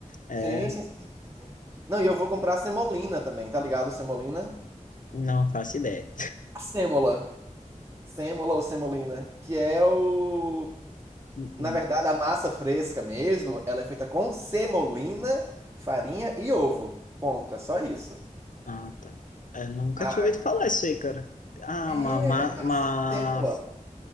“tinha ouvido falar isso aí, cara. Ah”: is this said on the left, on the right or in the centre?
Left